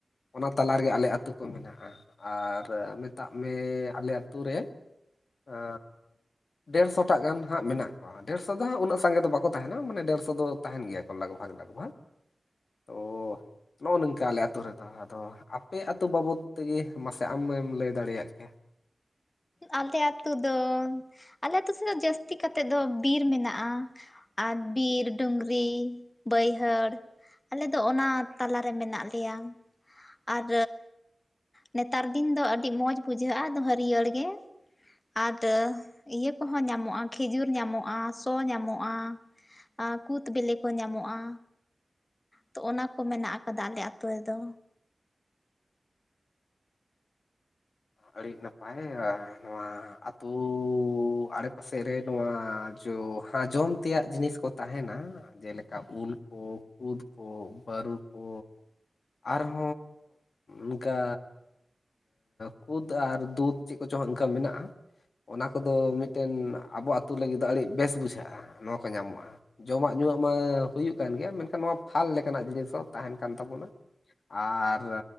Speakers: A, on the left; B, on the left.
A: ᱚᱱᱟ ᱛᱟᱞᱟ ᱨᱮᱜᱮ ᱟᱞᱮ ᱟᱹᱛᱳ ᱠᱚ ᱢᱮᱱᱟᱜᱼᱟ ᱟᱨ ᱢᱮᱛᱟᱜ ᱢᱮ ᱟᱞᱮ ᱟᱹᱛᱳ ᱨᱮ ᱟᱻ ᱰᱮᱲᱥᱚᱴᱟ ᱜᱟᱱ ᱦᱟᱸᱜ ᱢᱮᱱᱟᱜ ᱠᱚᱣᱟ ᱰᱮᱲᱥᱚ ᱫᱚ ᱩᱱᱟᱹᱜ ᱥᱟᱸᱜᱮ ᱫᱚ ᱵᱟᱠᱚ ᱛᱟᱦᱮᱱᱟ ᱢᱟᱱᱮ ᱰᱮᱲᱥᱚ ᱫᱚ ᱛᱟᱦᱮᱱ ᱜᱮᱭᱟ ᱠᱚ ᱞᱟᱜᱽ ᱵᱷᱟᱜᱽ ᱞᱟᱜᱽ ᱵᱷᱟᱜᱽ ᱛᱚ ᱱᱚᱜᱚ ᱱᱚᱝᱠᱟ ᱟᱞᱮ ᱟ. ᱛᱩ ᱨᱮ ᱫᱚ ᱟᱫᱚ ᱟᱯᱮᱭᱜᱟ ᱟᱹᱛᱩ ᱵᱟᱵᱚᱫ ᱛᱮᱜᱮ ᱢᱟᱥᱮ ᱟᱢᱮᱢ ᱞᱟᱹᱭ ᱫᱟᱲᱮᱭᱟᱜ ᱠᱮᱭᱟ
B: ᱟᱞᱮ ᱟ ᱟᱹᱛᱩ ᱫᱚ ᱟᱞᱮ ᱟᱹᱛᱩ ᱥᱮᱫ ᱫᱚ ᱡᱟᱹᱥᱛᱤ ᱠᱟᱛᱮᱫ ᱫᱚ ᱵᱤᱨ ᱢᱮᱱᱟᱜᱼᱟ ᱟᱨ ᱵᱤᱨ ᱰᱩᱝᱨᱤ ᱵᱟᱹᱭᱦᱟᱹᱲ ᱟᱞᱮ ᱫᱚ ᱚᱱᱟ ᱛᱟᱞᱟᱨᱮ ᱢᱮᱱᱟᱜ ᱞᱮᱭᱟ ᱟᱨ ᱱᱮᱛᱟᱨ ᱫᱤᱱ ᱫᱚ ᱟᱹᱰᱤ ᱢᱚᱸᱡᱽ ᱵᱩᱡᱷᱟᱹᱜᱼᱟ ᱟᱫᱚ ᱦᱟᱹᱨᱭᱟᱹᱲ ᱜᱮ ᱟᱫ ᱤᱭᱟᱹ ᱠᱚᱦᱚᱸ ᱧᱟᱢᱚᱜᱼᱟ ᱠᱷᱮᱡᱩᱨ ᱧᱟᱢᱚᱜᱼᱟ ᱥᱚ ᱧᱟᱢᱚᱜᱼᱟ ᱟᱨ ᱠᱩᱫ ᱵᱤᱞᱤ ᱠᱚ ᱧᱟᱢᱚᱜᱼᱟ ᱛᱚ ᱚᱱᱟ ᱠᱚ ᱢᱮᱱᱟᱜ ᱟᱠᱟᱫᱟ ᱟᱞᱮ ᱟᱛᱳ ᱨᱮᱫᱚ
A: ᱟᱹᱰᱤ ᱱᱟᱯᱟᱭ <unintelligible> ᱱᱚᱣᱟ ᱟᱹᱛᱩ ᱟᱲᱮᱯᱟᱥᱮ ᱨᱮ ᱱᱚᱣᱟ ᱡᱚ ᱡᱚᱢ ᱛᱮᱭᱟᱜ ᱡᱤᱱᱤᱥ ᱠᱚ ᱛᱟᱦᱮᱱᱟ ᱡᱮᱞᱮᱠᱟ ᱩᱞ ᱠᱚ ᱠᱩᱫᱽ ᱠᱚ ᱵᱟᱹᱨᱩ ᱠᱚ ᱟᱨᱦᱚᱸ ᱚᱱᱠᱟ ᱠᱩᱫᱽ ᱟᱨ ᱫᱩᱫᱷ ᱪᱮᱫ ᱠᱚᱪᱚᱝ ᱤᱱᱠᱟᱹ ᱢᱮᱱᱟᱜᱼᱟ ᱚᱱᱟ ᱠᱚᱫᱚ ᱢᱤᱫᱴᱮᱱ ᱟᱵᱚ ᱟᱛᱳ ᱞᱟᱹᱜᱤᱫ ᱫᱚ ᱟᱹᱰᱤ ᱵᱮᱥ ᱵᱩᱡᱷᱟᱹᱜᱼᱟ ᱱᱚᱣᱟ ᱠᱚ ᱧᱟᱢᱚᱜᱼᱟ ᱡᱚᱢᱟᱜ ᱧᱩᱣᱟᱜ ᱢᱟ ᱦᱩᱭᱩᱜ ᱠᱟᱱ ᱜᱮᱭᱟ ᱢᱮᱱᱠᱷᱟᱱ ᱱᱚᱣᱟ ᱯᱷᱟᱞ ᱞᱮᱠᱟᱱᱟᱜ ᱡᱤᱱᱤᱥ ᱦᱚᱸ ᱛᱟᱦᱮᱱ ᱠᱟᱱ ᱛᱟᱵᱚᱱᱟ ᱟᱨ